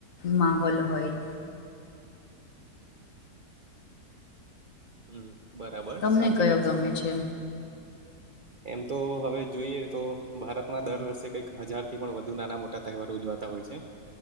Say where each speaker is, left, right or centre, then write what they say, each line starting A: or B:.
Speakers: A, on the left (about 60°); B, on the right (about 45°).
A: માહોલ હોય.
B: હમ્મ, બરાબર.
A: તમને
B: સાચી
A: કયો
B: વાત
A: ગમે છે.
B: એમ તો હવે જોઈએ તો ભારતમાં દર વર્ષે કઈક હજાર થી પણ વધુ નાના મોટા તહેવાર ઉજવાતા હોય છે.